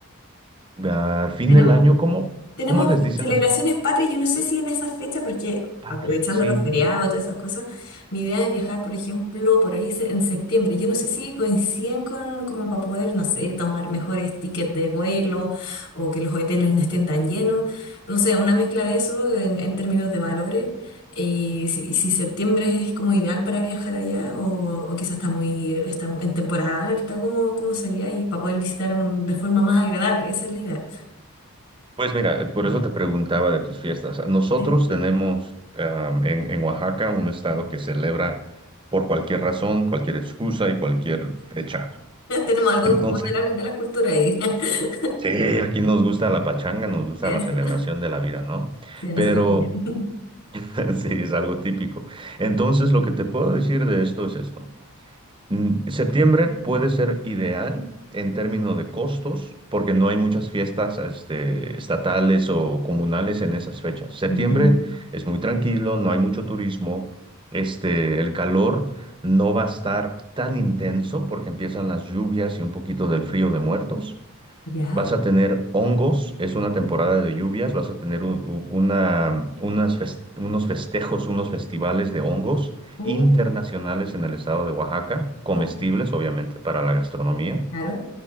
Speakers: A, on the right (about 20°); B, on the left (about 65°).
A: al fin
B: tenemos
A: del año, ¿cómo,
B: Tenemos
A: cómo les dicen
B: celebraciones
A: las
B: patrias, yo no sé si en esa fecha, porque
A: patrias?
B: aprovechando
A: sí
B: los feriados y todas esas cosas, mi idea es viajar, por ejemplo, por ahí se- en septiembre. Yo no sé si coinciden con, como para poder, no sé, tomar mejores tickets de vuelo o que los hoteles no estén tan llenos. No sé, una mezcla de eso en, en términos de valores. Y si, y si septiembre es como ideal para viajar allá o, o quizás está muy está en temporada alta, ¿cómo, cómo sería? Y para poder visitar un- de forma más agradable, esa es la idea.
A: Pues mira, eh, por eso te preguntaba de tus fiestas. Nosotros
B: ¿sí?
A: tenemos am, en, en Oaxaca un estado que celebra por cualquier razón, cualquier excusa y cualquier fecha.
B: <laughs> Tenemos algo
A: Entonces,
B: en común de la, de la cultura ahí. <laughs>
A: sí, aquí nos gusta la pachanga, nos gusta
B: Eso,
A: la celebración de la vida, ¿no?
B: sí, nosotros
A: Pero
B: también. <laughs>
A: <laughs> sí, es algo típico. Entonces, lo que te puedo decir de esto es esto. Mm, Septiembre puede ser ideal en términos de costos, porque no hay muchas fiestas, este, estatales o comunales en esas fechas. Septiembre
B: Ujú.
A: es muy tranquilo, no hay mucho turismo, este, el calor no va a estar tan intenso porque empiezan las lluvias y un poquito del frío de muertos.
B: Ya,
A: Vas a tener hongos, es una temporada de lluvias, vas a tener un- u- una- unas fes- unos festejos, unos festivales de hongos
B: oh
A: internacionales en el estado de Oaxaca, comestibles
B: oh
A: obviamente para la gastronomía.
B: claro.